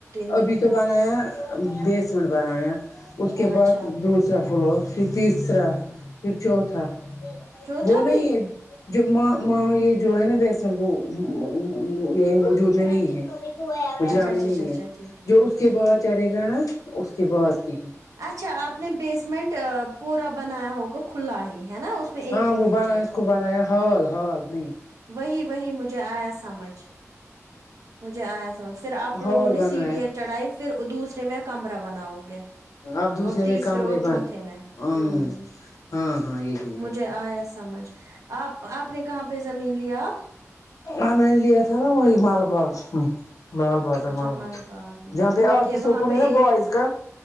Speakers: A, on the right; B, on the left.
A: مہینہ
B: ابھی تو بنایا بیسیمٹ بنایا اس کے بعد
A: اچھا
B: دوسرا فلور پھر تیسرا پھر چوتھا
A: چوتھا
B: دو ہی
A: بھی
B: ہے جو مانو یہ جو ہے نا اصل وہ۔ وہ۔ وہ یہ وجود میں نہیں ہے
A: اچھا
B: جامیں
A: اچھا
B: نہیں
A: اچھا اچھا
B: ہے
A: ٹھیک
B: جو اس کے
A: ٹھیک
B: بعد چلے گا نا اس کے بعد کے ہے
A: اچھا آپ نے بیسمنٹ پورا بنایا ہوگا کھلا ہی ہے نا اس میں ایک
B: ہاں
A: ہی
B: وہ
A: کچن
B: بنا ہے اس کو بنایا ہال ہال ہی
A: وہی وہی مجھے آیا سمجھ مجھے آیا سمجھ پھر آپ لوگوں
B: ہال
A: نے
B: بنایا
A: سیڑھیاں چڑھائی پھر دوسرے میں کمرہ بناؤ گے
B: آپ دوسرے
A: اور تیسرے
B: میں کمرے
A: اور
B: بن
A: چوتھے میں
B: ہ
A: ہوں
B: ہاں ہاں یہی ہاں
A: مجھے آیا سمجھ آپ آپ نے کہاں پہ زمین لیا اب
B: ہم نے لیا تھا نا وہی مال باغ میں لال بازار
A: اچھا
B: مال
A: مل
B: ب
A: باغ میں
B: جہاں پہ
A: وہ
B: آ
A: کہ
B: اسکول
A: وہاں پہ
B: ہے نا
A: ا
B: بوائز کا